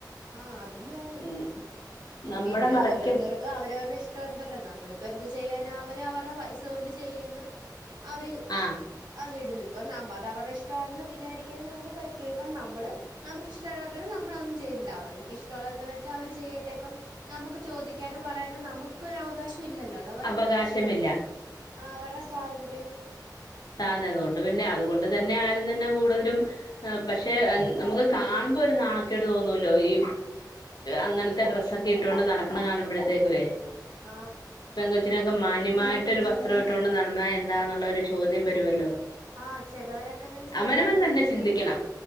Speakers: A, on the right; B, on the left.
A: ആ അതും വേണം.
B: ഉം നമ്മുടെ
A: പിന്നെ
B: മറയ്ക്ക്
A: ഓരോരുത്തർക്കും അവരവർടെ ഇഷ്ടവുണ്ടല്ലോ നമ്മളിപ്പോ എന്താ ചെയ്യാനാ അവര് അവരുടെ പൈസ കൊണ്ട് ചെയ്യുന്ന് അവര്
B: ആഹ്
A: അത് ഇട്ന്ന്. ഇപ്പം ന അത് അവര്ടെ ഇഷ്ടവാന്ന് വിചാരിക്കാനെ നമുക്ക് പറ്റൂ ഇപ്പം നമ്മള് നമുക്ക് ഇഷ്ടല്ലാത്തോണ്ട് നമ്മളതൊന്നും ചെയ്യൂ അവർക്ക് ഇഷ്ടവുള്ളെ എന്താന്ന് വച്ചാ അവര് ചെയ്യട്ടെ ഇപ്പം നമുക്ക് ചോദിക്കാനോ പറയാനോ നമുക്ക് ഒരു അവകാശം ഇല്ലല്ലോ അത് അവരുടെ
B: അവകാശമില്ല
A: ഇഷ്ടം, ആ അവരുടെ സ്വാതന്ത്ര്യം.
B: താന്നതുകൊണ്ട് പിന്നെ അതുകൊണ്ട്. അത് തന്നെ ആരും തന്നെ കൂടുതലും പക്ഷേ നമുക്ക് കാണുമ്പോ ഒരു നാണേക്കട് തോന്നൂല്ലോ ഈ അങ്ങനത്തെ ഡ്രസ്സൊക്കെ ഇട്ടൊണ്ട് നടക്കണെ കാണുമ്പോഴത്തേക്കുവേ.
A: ആ.
B: ഈ പെങ്കൊച്ചിനൊക്കെ മാന്യമായിട്ടൊരു വസ്ത്രം ഇട്ടുകൊണ്ട് നടന്നാ എന്താന്നുള്ളൊരു ചോദ്യം വരുവല്ലോ.
A: ആഹ് ചെലവരൊക്കെ അങ്ങനെ ചോദിക്കാൻണ്ടോ
B: അവനവൻ തന്നെ
A: പ്രത്യേകിച്ച്
B: ചിന്തിക്കണം